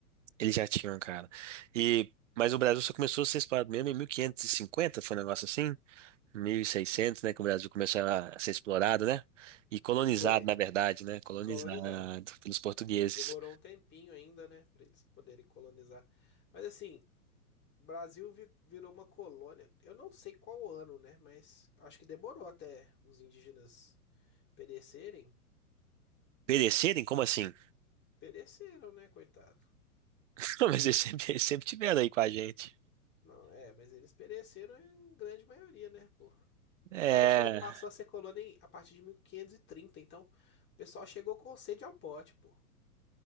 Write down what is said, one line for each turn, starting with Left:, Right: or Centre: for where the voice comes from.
Right: Eles já tinham, cara. E... Mas o Brasil só começou a ser explorado mesmo em mil quinhentos e cinquenta foi um negócio assim? mil e seiscentos, né? Que o Brasil começou a ser explorado, né? E colonizado,
Left: Foi.
Right: na verdade, né? Colonizado
Left: E colonizaram.
Right: pelos portugueses.
Left: Demorou um tempinho ainda, né, para eles poderem colonizar. Mas assim, o Brasil vi- virou uma colônia. Eu não sei qual ano, né, mas acho que demorou até os indígenas perecerem.
Right: Perecerem? Como assim?
Left: Pereceram, né, coitado?
Right: <laughs> Não, mas eles sempre, eles sempre tiveram aí com a gente.
Left: Não, é, mas eles pereceram em grande maioria, né, porra?
Right: É.
Left: Olha só, ele passou a ser colônia em- a partir de 1530, então o pessoal chegou com sede ao pote, pô.